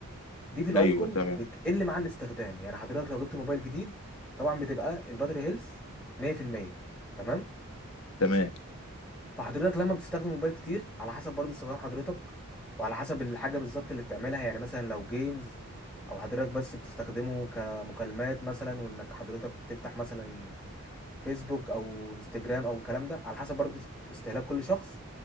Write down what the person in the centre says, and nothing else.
دي في الايفون
بتقل مع الاستخدام يعني حضرتك لو جبت موبايل جديد طبعا بتبقى الباتري هيلث 100% تمام
فحضرتك لما بتستخدم موبايل كتير على حسب برضه استخدام حضرتك وعلى حسب الحاجه بالظبط اللي بتعملها يعني مثلا لو جيمز او حضرتك بس بتستخدمه كمكالمات مثلا وانك حضرتك تفتح مثلا فيسبوك او انستجرام او الكلام ده على حسب برضو استهلاك كل شخص